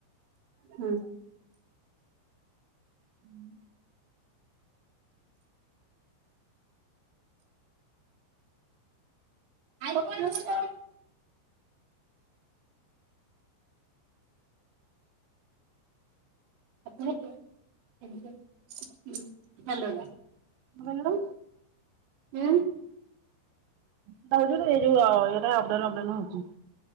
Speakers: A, on the right; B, on the right.
A: ହୁଁ।
B: ହୁଁ।
A: ଆଇଲ <unintelligible> <unintelligible> ହାଲୋ।
B: ବଲ
A: ହୁଁ।
B: ଏଟା ଆଉଥରେ ଏଇ ଯୋଉ ଏଇଟା ଅପ୍ ଡାଉନ୍ ଅପ୍ ଡାଉନ୍ ହଉଚି।